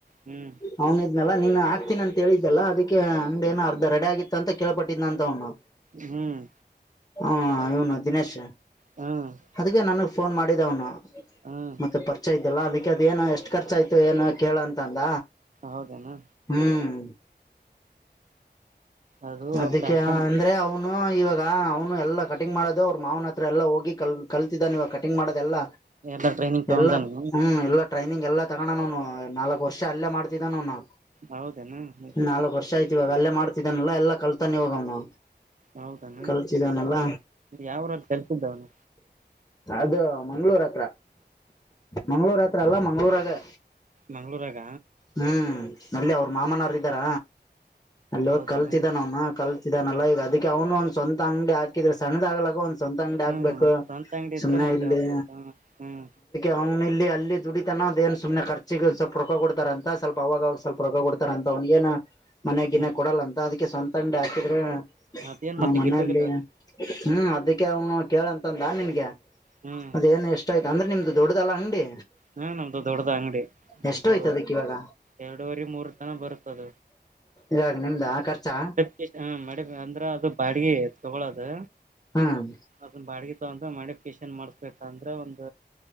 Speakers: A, on the right; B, on the left.
A: ಹ್ಮ್
B: ಹನ ಇನ್ನೆಲ್ಲ ನೀನ್ ಹಾಕತೀನ ಅಂತ ಹೇಳಿದ್ದೆಲ್ಲ ಅದಕ್ಕೆ ಹಂಗ ಏನೋ ಅರ್ಧ ರೆಡಿ ಆಗಿತ್ತು ಅಂತ ಕೇಳ್ಪಟ್ಟಿದ್ ಅಂತವ್ ನಾವು
A: ಹ್ಮ್
B: ಹ ಇವನು ದಿನೇಶ್
A: ಹ್ಮ್
B: ಅದಕ್ಕೆ ನನ್ಗ್ ಫೋನ್ ಮಾಡಿದ ಅವನು
A: ಹ್ಮ್
B: ಮತ್ತೆ ಪರಿಚಯ ಇದಲ್ಲಾ ಅದಕ್ಕೆ ಅ ಏನು ಎಷ್ಟು ಖರ್ಚ ಆಯ್ತು ಏನ ಕೇಳ ಅಂತ ಅಂದ
A: ಹೌದೇನಾ
B: ಹ್ಮ್
A: ಅದು
B: ಅದಕ್ಕೆ
A: ಪ್ಯಾಷನ್
B: ಅಂದ್ರೆ ಅವನು ಇವಾಗ ಈಗ ಅವನು ಎಲ್ಲ ಕಟಿಂಗ್ ಮಾಡೋದು ಅವ್ರ ಮಾವನ ಹತ್ರ ಎಲ್ಲ ಹೋಗಿ ಕಲ್ ಕಲ್ತಿದ್ದ ನೀವಾಗ ಕಟಿಂಗ್ ಮಾಡೋದೆಲ್ಲ
A: ಎಲ್ಲ ಟ್ರೈನಿಂಗ್ ತಗೊಂಡಾನು
B: ಎಲ್ಲ ಹ್ಮ್ ಎಲ್ಲ ಟ್ರೈನಿಂಗ್ ಎಲ್ಲ ತಗೋಣನ್ ಅವನು ನಾಲ್ಕು ವರ್ಷ ಅಲ್ಲೇ ಮಾಡ್ತಿದ್ದನ ಅವನು
A: ಹೌದೇನಾ
B: ನಾಲ್ಕ ವರ್ಷ ಆಯತ ಇವಾಗ ಅಲ್ಲೇ ಮಾಡ್ತಿದ್ದಾನಲ್ಲ ಎಲ್ಲಾ ಕಲ್ತಾನೆ ಇವಾಗವ್ನ
A: ಹೌದಾನ
B: ಕಲ್ಸಿದಾನಲ್ಲ
A: ಯಾವರಲ್ಲಿ ಕೆಲ್ಸಿದ್ದವನು
B: ಅದು ಮಂಗ್ಗಳೂರ್ ಹತ್ರ ಮಂಗ್ಳೂರ್ ಹತ್ರ ಅಲ್ಲಾ ಮಂಗ್ಳೂರಾಗೆ
A: ಮಂಗ್ಳೂರಾಗ
B: ಹ್ಮ್ ಅಲ್ಲಿ ಅವ್ರ ಮಾಮನವರು ಇದ್ದಾರ ಅಲ್ಲಿ
A: ಹೌದೇನ
B: ಹೋಗ ಕಲ್ತಿದ್ದ ನ ಅವ್ನು ಕಲ್ತಿದಾನಲ್ಲ ಈಗ ಅದಕ್ಕೆ ಅವನು ಒಂದ್ ಸ್ವಂತ ಅಂಗಡಿ ಹಾಕಿದ್ರೆ ಸಣ್ಣದಾಗಗ್ಲಾಗ ಒಂದ ಸ್ವಂತ ಅಂಗಡಿ ಹಾಕ್ಬೇಕು
A: ಹ್ಮ್ ಸ್ವಂತ ಅಂಗಡಿ
B: ಸುಮನೆ
A: ಇದ್ರ ಮತ್ತೆ
B: ಇಲ್ಲಿ
A: ಹ್ಮ್
B: ಅವ್ನ್ ಇಲ್ಲಿ ಅಲ್ಲಿ ದುಡಿತನದ ಏನ್ ಸ್ವಲ್ಪನೆ ಖರ್ಚಿಗೆ ಸ್ವಲ್ಪ ರೊಕ್ಕ ಕೊಡತಾರ ಅಂತ ಸ್ವಲ್ಪ ಅವಾಗ ಅವಾಗ ಸ್ವಲ್ಪ ರೊಕ್ಕ ಕೊ ರಂತ ಅವನಗಏನ ಮನೆಯ ಗಿನ್ನೆ
A: ಹ್ಮ್
B: ಕೊಡಲ್ಲ ಅಂತ ಅದಕ ಸ್ವಂತ ಅಂಗಡಿ ಹಾಕಿದ್ರೆ
A: ಅದೇನ್
B: ಹಾ
A: ಮತ್ತೆ
B: ಮನೆಯಲ್ಲಿ
A: ಗಿಟ್ಟೋಗಿಲ್ಲ
B: ಹ್ಮ್ ಅದಕ್ಕೆ ಅವನು ಕೇಳಂತಂದಾ ನಿನ್ಗೆ
A: ಹ್ಮ್ ಹ್ಮ್
B: ಅದೇಏನು ಎಷ್ಟ ಆಯ್ತು ಅಂದ್ರೆ ನಿಮ್ದು ದೊಡ್ದಲ್ಲ ಅಂಗಡಿ
A: ಹಾ ನಮ್ದು ದೊಡ್ಡದ ಅಂಗಡಿ
B: ಎಷ್ಟೋ
A: ಒಂದು
B: ಆಯ್ತ ಅದಕ್ ಇವಾಗ
A: ಎರಡೂವರಿ ಮೂರರ ತನ ಬರತದ
B: ಇವಾಗ ನಿಮ್ದಾ ಖರ್ಚಾ
A: ಹ ಮೇಡಂ ಅಂದ್ರ ಅದ ಬಾಡಿಗೆ ತಗೊಳೋದು
B: ಹ್ಮ್
A: ಅದನ ಬಾಡಿಗೆ ತಗೊಂಡ ಮಾಡಿಪಿಕೇಷನ್ ಮಾಡಸಬೇಕ ಅಂದ್ರ ಒಂದ